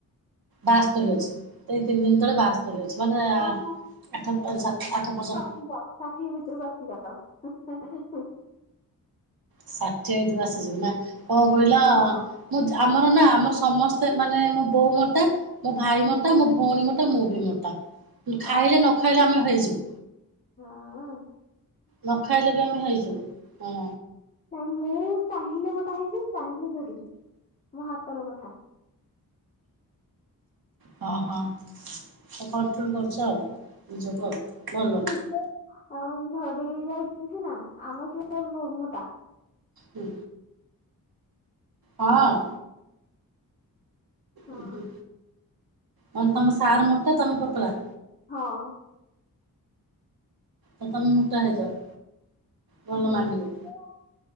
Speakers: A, on the right (about 75°); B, on the left (about 20°).
A: ବାସ୍ତରୀ ଅଛି, ଏଇ ତିନି ଦିନ ତଳେ ବାସ୍ତ ମାନେ ଆଠ
B: ନାଇଁ
A: ସାତ ଆଠ ବର୍ଷ।
B: ଯ ଷାଠିଏ ଭିତରକୁ ଆସିଗଲ।
A: ଷାଠିଏ ଭିତରକୁ ଆସିଯିବ ନା କଣ କହିଲ
B: ହଁ
A: ମୁଁ ଆମର ନା ଆମର ସମସ୍ତେ ମାନେ ମୋ ବୋଉ ମୋଟା ମୋ ଭାଇ
B: ହୁଁ
A: ମୋଟା ମୋ ଭଉଣୀ ମୋଟା ମୁଁ ବି ମୋଟା, ଖାଇଲେ
B: ଓ
A: ନ ଖାଇଲେ ଆମେ ହେଇଯିବୁ।
B: ହଁ।
A: ନ ଖାଇଲେ ବି ଆମେ ହେଇଯିବୁ, ହଁ।
B: ନାଇଁ ମୁଁ ଚାହିଁଲେ ମୋଟା ହେଇଯିବି, ଚାହିଁଲେ ଝଡିଯିବି, ମୋ ହାତର କଥା।
A: ହଁ ହଁ ତ କଣ୍ଟ୍ରୋଲ କରୁଛ ଆଉ। ବୁଝିଲ ଆଉ ଭଲ।
B: ଝଡ଼ି ଯାଇଛି ସିନା ଆମ ସିଏ ମୋଟା
A: ହୁଁ। ହଁ।
B: ହଁ
A: ଉ ହୁ ମାନେ ତମ ସାର ମୋଟା ତମ ପତଳା?
B: ହଁ।
A: ତ ତମେ ମୋଟା ହେଇଯାଅ। ଭଲ
B: ମୋଟା
A: ମାନିବ।